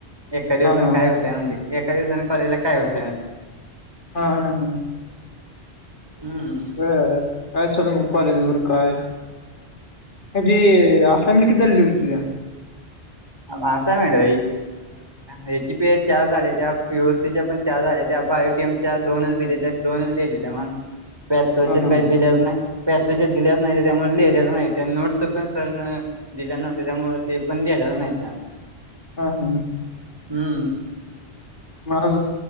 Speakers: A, on the right; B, on the left.
A: एका दिवसाने
B: हा हा
A: काय होतय म्हणजे एका दिवसा ने कॉलेजला काय होत
B: हा हा हा.
A: हम्म
B: बरं काय लं मग कॉलेज वर काय जी ते आासायमेंट किति झाली लिहुन तुझे.
A: असायमेंट याचे बी चार झाले पीओसी पण चार झाले त्या बायोकेमच्या दोनच दिले त्या दोनच लिहिले त्या मग पॅट्रश
B: हा हा
A: काही दिलेच नाही. पायथोच्या दिल्याच नाही त्यामुळे लिहिलेच नाही त्या नोट्स पण सरन दिल्या नव्हत्या त्यामुळे ते पण लिहिलेल्या नाहीत. त्या.
B: हा हम्म.
A: हम्म.
B: माझ